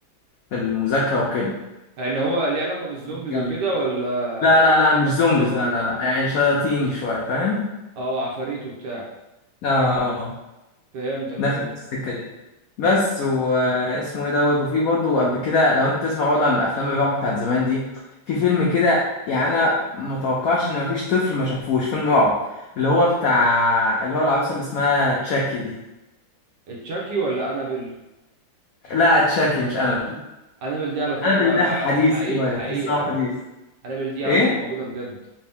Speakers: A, on the left; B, on the right.
A: في المذاكره وكده
B: ان هو ليه علاقة بالزومبيز
A: جامد
B: وكده ولا
A: لا لا لا مش
B: قدرات
A: زومبيز
B: خارقة
A: لا لا لا يعني شياطيني شويه فاهم
B: اه عفاريت وبتاع
A: اه آه، آه.
B: فهمتك
A: داخل
B: فهمت
A: في السكة دي بس واسمه ايه دوت وفي برضه قبل كده لو انت تسمع برضه عن الافلام الرعب بتاعت زمان دي في فيلم كده يعني انا ما توقعش ان مفيش طفل ما شافوش فيلم رعب اللي هو بتاع اللي هو العروسة اللي اسمها تشاكي دي
B: تشاكي ولا انابل
A: لا تشاكي مش انابل
B: انابل دي على فكرة
A: انابل ده حديث
B: حقيقة
A: شوية
B: حقيقة
A: تحس ان هو
B: على
A: حديث
B: فكرة انابل دي عروسة
A: ايه
B: موجودة بجد